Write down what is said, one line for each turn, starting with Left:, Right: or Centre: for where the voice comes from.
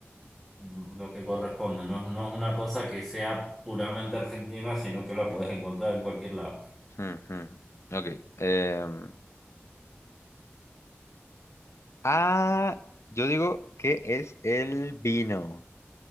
Centre: mm, lo que corresponde. No, no es una cosa que sea puramente argentina, sino que la puedes encontrar en cualquier lado.
Left: Ujú. Ok. em, ah, yo digo que es el vino.